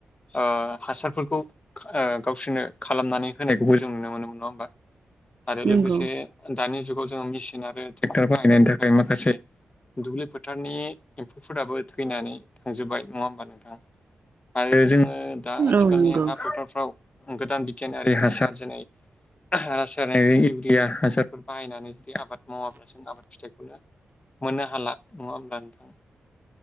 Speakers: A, on the left; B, on the right.
A: ओ हासारफोरखौ ओ गावसोरनो खालामनानै होनायखौबो जों नुनो मोनोमोन नङा होमबा आरो
B: नंगौ
A: लोगोसे दानि जुगाव जोङो मेचिन आरो ट्रेक्टर बाहायनायनि थाखाय माखासे दुब्लि फोथारनि एम्फौफोराबो थैनानै थांजोब्बाय नङा होमबा नोंथां आरो जोङो दा आथिखालनि
B: औ नंगौ
A: हा फोथारफ्राव गोदान बिगियानारि हासार जेरै ओहो रासायनारि इउरिया हासारफोर बाहायनानै बे आबाद मावाब्ला जों आबाद फिथाइखौनो मोननो हाला नङा होमब्ला नोंथां